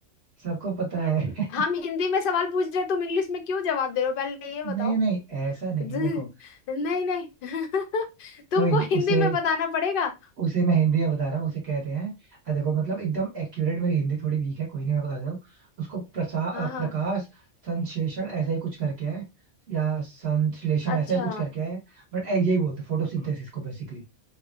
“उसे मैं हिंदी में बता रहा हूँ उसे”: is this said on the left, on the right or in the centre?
Right